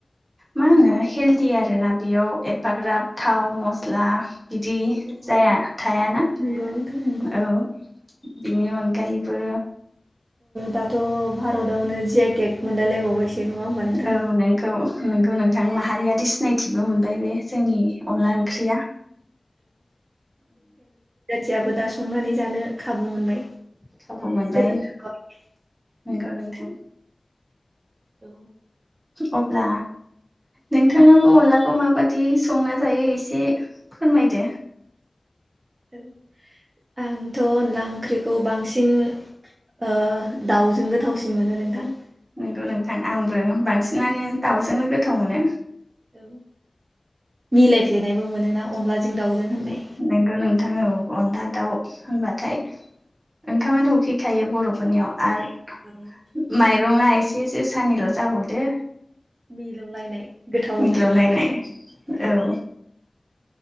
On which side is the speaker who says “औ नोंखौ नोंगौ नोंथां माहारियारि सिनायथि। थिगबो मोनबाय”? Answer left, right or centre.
Right